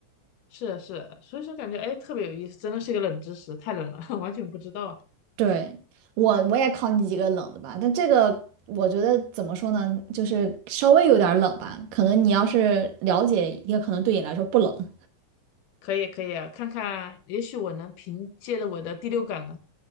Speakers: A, on the left (about 70°); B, on the right (about 75°).
A: 是啊是啊，所以说感觉哎特别有意思，真的是一个冷知识，太冷了，<laughs> 完全不知道啊
B: 对，我我也考你几个冷的吧，但这个我觉得怎么说呢，就是稍微有点儿冷吧，可能你要是了解，也可能对你来说不冷。
A: 可以可以啊，看看，也许我能凭借着我的第六感呢，